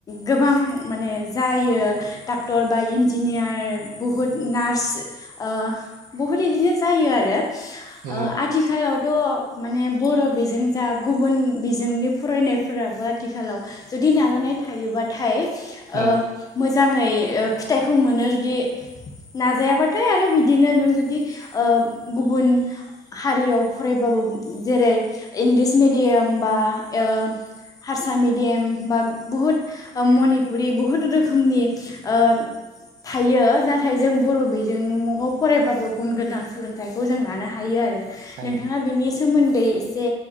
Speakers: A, on the left; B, on the right.
A: गोबां माने जायो डाक्टर बा इन जिनियार बहुद नार्स ओ बहुत इदिनो जायो आरो ओ
B: औ
A: आथिखालाव थ' माने बर' बिजों जा गुबुन बिजोंनि फरायनायफोराबो आथिखालाव जुदि नाजानाय थायोबाथाय ओ
B: औ
A: मोज जाङै फिथाइखौ मोनो जुदि नाजायालाथाय आरो बिदिनो नों जुदि ओ गुबुन हारियाव फरायबाबो जेरै इंलिस मिडियाम बा ओ हारसा मेडियाम बा बुहुद ओ मणी पुरि बुहुद रोखोमनि ओ थायो ना थाय जों बर' बिजों <unintelligible> न'आव फरायबाबो गुन गोदान सोलोंथाइखौ जों लानो हायो आरो
B: हायो
A: नोंथाङा बिनि सोमोन्दै एसे